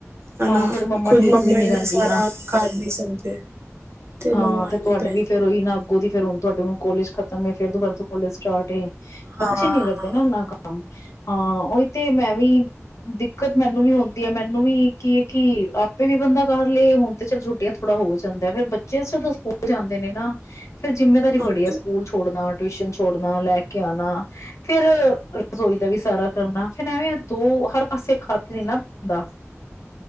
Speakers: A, on the right (about 55°); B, on the left (about 70°).
A: ਹਨਾ
B: ਹਾਂ ਹਾਡੀੇ ਮੰਮਾ
A: ਖੁਦ
B: ਠੀਕ ਵੀ ਨੀ
A: ਇੰਨਾ
B: ਰਹਿੰਦੀ
A: ਸਾਰਾ
B: ਨਾ
A: ਕਰ ਨਹੀਂ ਸਕਦੇ
B: ਹਾਂ
A: ਲਗਵਾਉਣੀ
B: ਤੇ ਤੁਹਾਡੇ
A: ਪੈਣੀ
B: ਵੀ ਫੇਿਰ ਉਹੀ ਨਾ ਅੱਗੋਂ ਦੀ ਫੇਿਰ ਹ ਤੁਹਾਡੇ ਕੋਲੇਜ ਖਤਮ ਫੇਰ ਦੋ ਫਾਰ ਤੋਂ ਕੋਲੇਜ ਸਟਾਰਟ ਹੈ ਬੱਚੇ
A: ਹਾਂ
B: ਨੀ ਕਰਦੇ
A: ਹਮ
B: ਨਾ ਇੰਨਾ ਕੰਮ ਹਾਂ ਉਹੀ ਤੇ ਮੈਂ ਵੀ ਦਿੱਕਤ ਮੈਨੂੰ ਵੀ ਹੁੰਦੀ ਹੈ ਮੈਨੂੰ ਵੀ ਕੀ ਹੈ ਕਿ ਆਪੇ ਵੀ ਬੰਦਾ ਕਰ ਲਏ ਹੁਣ ਤੇ ਚੱਲ ਛੁੱਟੀਆਂ ਥੋੜਾ ਹੋ ਜਾਂਦਾ ਫਿਰ ਬੱਚੇ ਜਦੋਂ ਸਕੂਲ ਜਾਂਦੇ ਨੇ ਨਾ ਫਿਰ ਜਿੰਮੇਦਾਰੀ
A: ਹਾਂਜੀ
B: ਬੜੀ ਆ ਸਕੂਲ ਛੋੜਨਾ ਟਿਊਸ਼ਨ ਛੋੜਨਾ ਲੈ ਕੇ ਆਨਾ ਫੇਰ ਰਸੋਈ ਦਾ ਵੀ ਸਾਰਾ ਕਰਨਾ, ਫਿਰ ਐਵੇਂ ਦੋ ਹਰ ਪਾਸੇ ਖਾਤ ਨੇ ਨਾ ਦਾ